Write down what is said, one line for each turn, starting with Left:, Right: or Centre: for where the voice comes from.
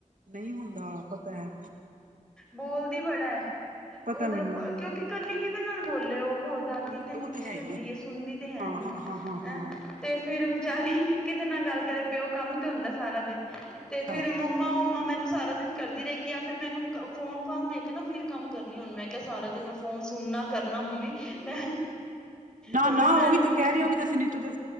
Right: ਨਹੀਂ ਹੁੰਦਾ, ਪਤਾ ਐ।
Centre: ਬੋਲਦੀ ਬੜਾ ਐ,
Right: ਪਤਾ
Centre: ਮਤਲਬ
Right: ਮੈਨੂੰ
Centre: ਕਿਊਂਕਿ ਕੱਲੀ ਕੀਦੇ ਨਾਲ ਬੋਲੇ ਓ ਹੋਰ ਦਾਦੀ
Right: ਉਹੀ
Centre: ਤੇ ਨੀਚੇ
Right: ਉਹ ਹੈ ਈ
Centre: ਹੁੰਦੀ ਏ, ਸੁਨਦੀ ਤੇ ਹੈ
Right: ਹਾਂ
Centre: ਨੀ
Right: ਹਾਂ
Centre: ਓ,
Right: ਹਾਂ ਹਾਂ
Centre: ਹੈਂ
Right: ਹਾਂ।
Centre: ਤੇ ਫਿਰ ਵਿਚਾਰੀ ਕੀਦੇ ਨਾ ਗੱਲ ਕਰੇ, ਪਿਓ ਕੰਮ ਤੇ ਹੁੰਦਾ ਸਾਰਾ ਦਿਨ, ਤੇ
Right: ਅੱਛਾ
Centre: ਫਿਰ ਮੰਮਾ-ਮੰਮਾ, ਮੈਨੂੰ ਸਾਰਾ ਦਿਨ ਕਰਦੀ ਰ‌ਏ ਗੀ ਜਾਂ ਫਿਰ ਮੈਨੂੰ ਫੋਨ-ਫਾਨ ਦੇ ਕੇ ਨਾ, ਫੇਰ ਕੰਮ ਕਰਨੀ ਹੁਣ ਮੈਂ ਕੇ ਸਾਰਾ
Right: ਅੱਛਾ ਅੱਛਾ
Centre: ਦਿਨ ਮੈਂ ਫੋਨ ਸੁਣਨਾ, ਕਰਨਾ, ਮੰਮੀ ਮੈਂ
Right: ਨਾ-ਨਾ,
Centre: ਮੰਮੀ ਮੈਂ
Right: ਉਹੀ ਤੇ
Centre: ਇੱਕ
Right: ਕਹਿ ਰਹੀ, ਉਹੀ ਤੁਸੀਂ ਨੀਤੂ ਦੇ